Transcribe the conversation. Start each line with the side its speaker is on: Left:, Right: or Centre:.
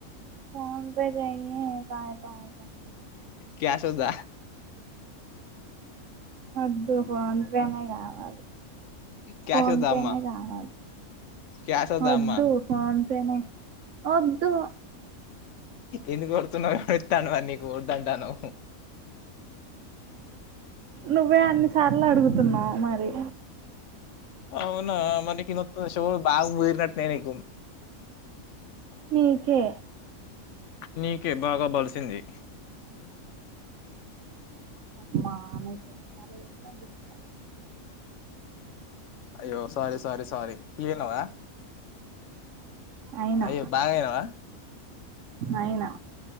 Right: ఫోన్ పే చేయి ఫై తౌసన్
Left: క్యాష్ వద్ద
Right: వద్దు ఫోన్పేనే కావ అది
Left: క్యాష్
Right: ఫోన్
Left: వద్దా
Right: పేనే
Left: అమ్మ
Right: కావాలి
Left: క్యాష్ వద్దా
Right: వద్దు
Left: అమ్మ
Right: ఫోన్ పేనే వద్దు
Left: ఎందుకు ఓరుతున్నావ్ ఎవడితండు మరి నీకు వొద్ద డను
Right: నువ్వే అన్ని సార్లు అడుగుతున్నావు మరి
Left: అవునా మరి నీకు ఇన్నొతుందా చెవులు బాగా ముదిరి నట్ ఉన్నాయి నీకు
Right: మీకే
Left: నీకే బాగా బలుస్ సింది
Right: అమ్మా నీకు ఎన్ని సార్ల చెప్పిన బుద్ధి రాదు
Left: అయ్యో సారీ సారీ సారీ ఫిలైనవ
Right: అయినా
Left: అయ్యో బాగాయినావా
Right: అయినా